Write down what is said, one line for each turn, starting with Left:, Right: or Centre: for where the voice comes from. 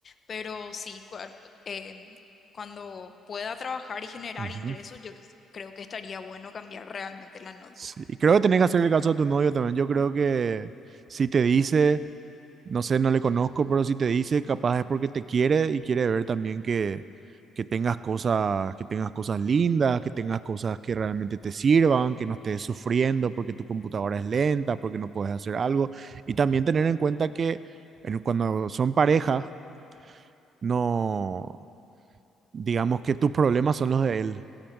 Left: pero sí, cua- eh, cuando pueda trabajar y generar
Right: Ujú.
Left: ingresos, yo creo que estaría bueno cambiar realmente la notebook.
Right: Sí, y creo que tenés que hacer el caso a tu novio también. Yo creo que si te dice, no sé, no le conozco, pero si te dice, capaz es porque te quiere y quiere ver también que, que tengas cosas, que tengas cosas lindas, que tengas cosas que realmente te sirvan, que no estés sufriendo porque tu computadora es lenta, porque no puedes hacer algo. Y también tener en cuenta que en- cuando son pareja, no, digamos que tus problemas son los de él